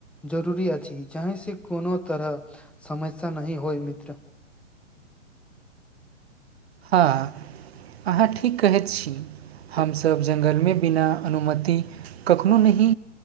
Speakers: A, in the centre; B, on the right (about 55°).
A: जरूरी अछि जाहिसँ कोनो तरह समस्या नहि होइ मित्र
B: हँ अहाँ ठीक कहैत छी हमसभ जंगलमे बिना अनुमति कखनो नहि